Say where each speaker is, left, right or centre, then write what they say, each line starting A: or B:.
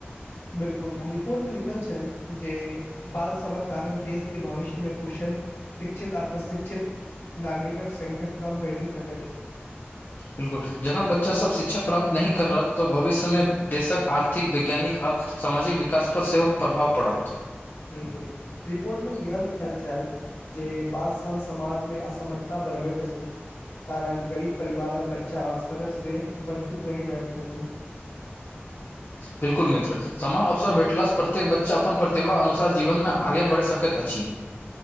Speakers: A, on the left; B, on the left.
A: बिल्कुल रिपोर्ट मे लिखल छल जे बाल श्रमक कारण देश के भविष्य मे कुशल शिक्षित आशिक्षित नागरिकक संख्य कम भेटी सकै
B: बिलकुल जखन बच्चा सब शिक्षा प्राप्त नहि कर रहत तऽ भविष्यमे देशक आर्थिक वैज्ञानिक आ सामाजिक विकासपर सेहो प्रभाव पड़त
A: बिलकुल रिपोर्टमे इह लिखल छल जे बाल श्रम समाजमे असमानता बढ़बैत अछि कारण गरीब परिवारक बच्चा अवसर से वञ्चित रहि जाइत छथिन
B: बिल्कुल मित्र समान अवसर भेटलासँ प्रत्येक बच्चा अपन प्रतिभााननुसार जीवनमे आगे बढ़ि सकैत अछि